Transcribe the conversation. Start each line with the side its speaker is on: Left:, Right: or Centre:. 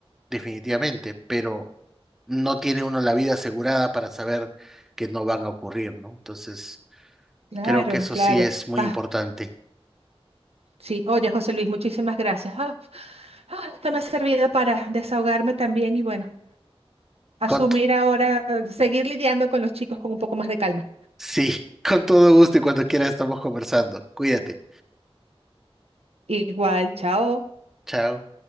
Centre: definitivamente, pero no tiene uno la vida asegurada para saber que no van a ocurrir, ¿no? Entonces,
Right: Claro,
Centre: creo que eso
Right: claro.
Centre: sí es muy
Right: Ah,
Centre: importante.
Right: sí, oye, José Luis, muchísimas gracias. Ah, ah, esto me ha servido para desahogarme también y bueno, asumir
Centre: Con,
Right: ahora, eh, seguir lidiando con los chicos con un poco más de calma.
Centre: sí, <laughs> con todo gusto y cuando quiera estamos conversando. Cuídate.
Right: Igual, chao.
Centre: Chao.